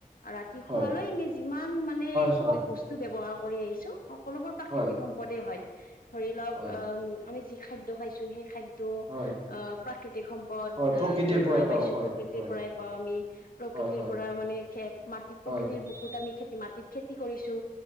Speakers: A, on the left (about 75°); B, on the right (about 40°).
A: ৰাতি
B: হয়
A: শুৱালৈ আমি যিমান মানে,
B: হয় হয়
A: বস্তু ব্যৱহাৰ কৰি আহিছ ছো, সকলোবোৰ প্ৰাকৃতিক
B: হয়,
A: সম্পদে হয়। ধৰি লওক
B: হয়,
A: অম, আমি যি খাদ্য খাইছো সেই খাদ ত,
B: হয়,
A: অ, প্ৰাকৃতিক সম্পদ,
B: হয়, প্ৰকৃতিৰ
A: অ, দৰ পৰাই
B: পাওঁ
A: পাইছো
B: হয়,
A: প্ৰকৃতিৰ
B: হয়,
A: পৰাই পাওঁ আমি, প্ৰক
B: হয়,
A: প্ৰকৃতিৰ
B: হয়,
A: পৰা মানে খেত মাটিত
B: হয়,
A: প্ৰকৃতিৰ বুকুত আমি খেত মাটিত খেতি কৰিছো,